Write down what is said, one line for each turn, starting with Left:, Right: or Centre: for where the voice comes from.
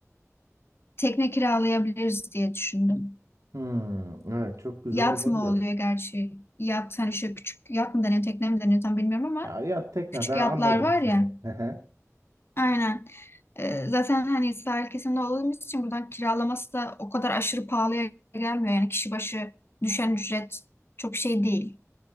Left: tekne kiralayabiliriz diye düşündüm.
Right: Hmm, evet çok güzel
Left: Yat
Right: olabilir.
Left: mı oluyor gerçi? Yat hani şöyle küçük yat mı deniyor, tekne mi deniyor tam bilmiyorum ama
Right: Ya ya tekne
Left: küçük
Right: ben
Left: yatlar
Right: anladım
Left: var
Right: seni.
Left: ya.
Right: Hı hı.
Left: Aynen. Ee, zaten hani sahil kesiminde olduğumuz için buradan kiralaması da o kadar aşırı pahalıya gelmiyor. Yani kişi başı düşen ücret çok şey değil.